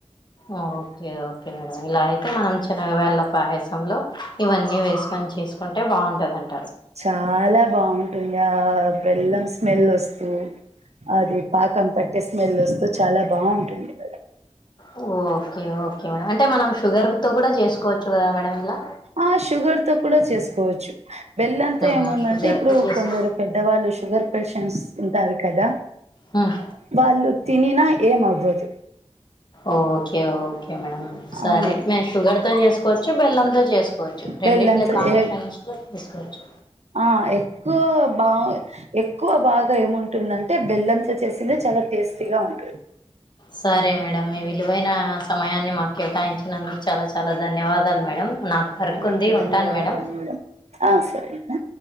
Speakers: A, on the left; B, on the right.
A: ఓకే ఓకే మేడం ఇలా అయితే మనం శనగ బ్యాలా పాయసంలో ఇవన్నీ వేసుకొని చేసుకుంటే బాగుంటదండి
B: చాలా బాగుంటుంది ఆ బెల్లం స్మెల్ వస్తు అది పాకం పట్టే స్మెల్ వస్తూ చాలా బాగుంటుంది కదా.
A: ఓకే ఓకే మేడం అంటే మనం షుగర్ తో కూడా చేసుకోవచ్చు కదా మేడం ఇలా
B: ఆ షుగర్ తో కూడా చేసుకోవచ్చు బెల్లంతో
A: హ్మ్
B: ఏముందంటే
A: షుగర్
B: ఇప్పుడు
A: తో చేసు
B: కొందరు పెద్దవాళ్ళు షుగర్ పేషెంట్స్ ఉంటారు కదా
A: హ్మ్
B: వాళ్ళు తినిన ఏమవ్వదు.
A: Okay okay madam. సరే
B: ఆ
A: మేము షుగర్ తో చేసుకోవచ్చు బెల్లంతో చేసుకోవచ్చు.
B: బెల్లంతో
A: రెండిట్ల కమిషన్స్
B: ఏ
A: లో తీసుకోవచ్చు.
B: ఆ ఎక్కువ బా ఎక్కువ బాగా ఏముం టుందంటే బెల్లంతో చేసిందే చాలా టేస్టీగా ఉంటుంది.
A: సరే మేడం మీ విలువైన సమయాన్ని మాక్కేటాయించినందుకు చాలా చాలా ధన్యవాదాలు మేడం. నాకు వర్క్
B: మీకు
A: ఉంది ఉంటాను
B: ధన్యవాదాలు
A: మేడం.
B: ఆ సరే